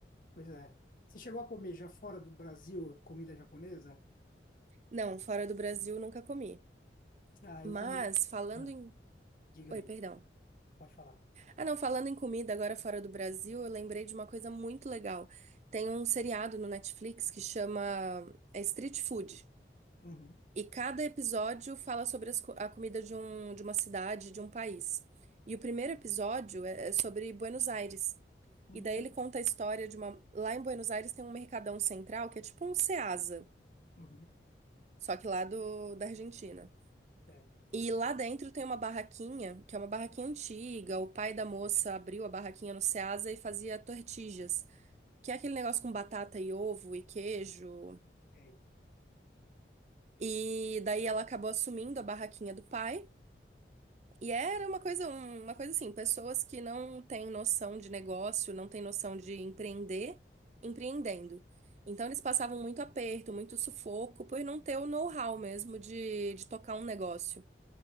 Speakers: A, on the left; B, on the right.
A: pois é. Você chegou a comer já fora do Brasil comida japonesa?
B: Não, fora do Brasil nunca comi.
A: Ah, eu
B: Mas
A: comi uma.
B: falando
A: Ah,
B: em.
A: Diga
B: Oi,
A: aí,
B: perdão.
A: pode falar.
B: Ah, não, falando em comida agora fora do Brasil, eu lembrei de uma coisa muito legal. Tem um seriado no Netflix que chama é, Street Food.
A: Uhum.
B: E cada episódio fala sobre as co- a comida de, um, de uma cidade, de um país. E o primeiro episódio é é sobre Buenos Aires.
A: Uhum.
B: E daí ele conta a história de uma. Lá em Buenos Aires tem um mercadão central que é tipo um Ceasa,
A: Uhum.
B: só que lá do, da Argentina.
A: Certo.
B: E lá dentro tem uma barraquinha, que é uma barraquinha antiga. O pai da moça abriu a barraquinha no Ceasa e fazia tortillas, que é aquele negócio com batata e ovo e queijo.
A: E aí?
B: E daí ela acabou assumindo a barraquinha do pai. E era uma coisa, um- uma coisa assim, pessoas que não têm noção de negócio, não têm noção de empreender, empreendendo. Então eles passavam muito aperto, muito sufoco por não ter o know-how mesmo de, de tocar um negócio.